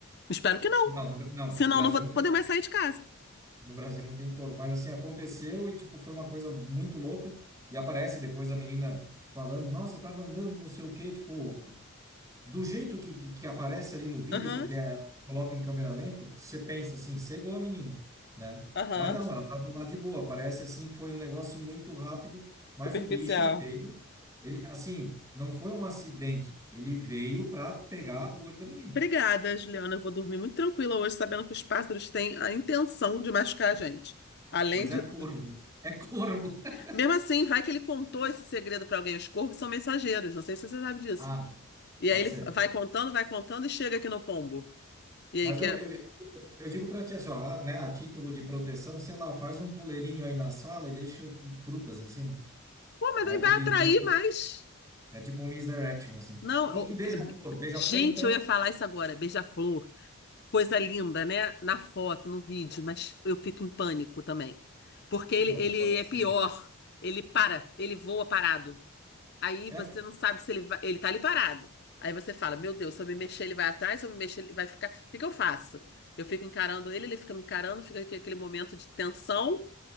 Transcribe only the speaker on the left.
Espero que não.
Senão,
eu não vou
poder mais sair de casa.
Aham,
aham.
Superficial.
Obrigada, Juliana. Eu vou dormir muito tranquila hoje, sabendo que os pássaros têm a intenção de machucar a gente. Além
de.
Mesmo assim, vai que ele contou esse segredo para alguém. Os corvos são mensageiros, não sei se você sabe disso.
E
aí ele
vai
contando,
vai contando e chega aqui no pombo. E
aí quer.
Pô, mas
aí
vai
atrair mais.
Não,
eu-
gente,
eu ia falar isso agora. Beija-flor. coisa linda, né? Na foto, no vídeo, mas eu fico em pânico também. Porque
ele, ele
é
pior.
Ele para, ele voa parado. Aí
você não sabe se ele vai, ele tá ali parado. Aí você fala, meu Deus, se eu me mexer, ele vai atrás, se eu me mexer, ele vai ficar. O que que eu faço? Eu fico encarando ele, ele fica me encarando, fica aqui aquele momento de tensão,